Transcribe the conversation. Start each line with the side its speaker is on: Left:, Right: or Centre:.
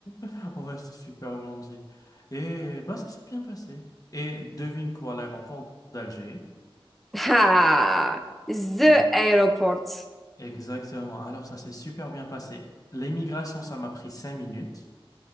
Left: <laughs> Ouais, c'est super gentil. Et bah, ça s'est bien passé. Et devine quoi, l'aéroport d'Alger.
Centre: <laughs> Ah, the
Left: Oui,
Centre: airport.
Left: exactement. Alors, ça s'est super bien passé. L'émigration, ça m'a pris cinq minutes.